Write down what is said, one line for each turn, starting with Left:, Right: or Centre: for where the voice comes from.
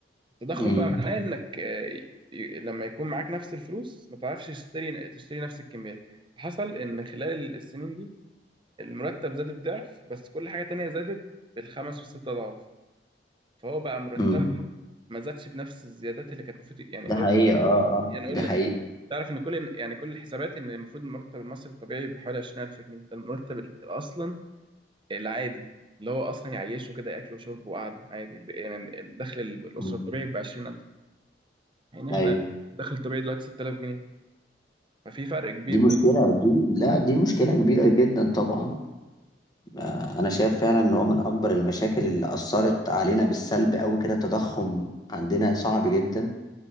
Right: التضخم
Left: امم
Right: بقى معناه انك آه، ي- لما يكون معاك نفس الفلوس ما تعرفش تشتري تشتري نفس الكميات حصل ان خلال السنين دي المرتب زاد الضعف بس كل حاجة تانية زادت بالخمس والست أضعاف فهو بقى مرتبه
Left: امم
Right: ما زادش بنفس الزيادات اللي كانت المفروض يعني
Left: ده
Right: مرتب
Left: حقيقه اه اه
Right: يعني أقول
Left: ده حقيقه
Right: لك تعرف إن كل يعني كل الحسابات إن المفروض المرتب المصري الطبيعي بحوالي 20000 جنيه ده المرتب ال- أصلا العادي اللي هو أصلا يعيشه كده أكل وشرب وقعدة عادي الب- يعني الدخل ال- الأسرة
Left: مم.
Right: الطبيعي ب 20000 يعني
Left: ايوه
Right: إحنا الدخل الطبيعي دلوقتي 6000 جنيه ففي فرق كبير
Left: دي مشكله
Right: ده
Left: دي لا دي مشكله كبيره جدا طبعا آه، انا شايف فعلا ان هو من اكبر المشاكل اللي اثرت علينا بالسلب قوي كده التضخم عندنا صعب جدا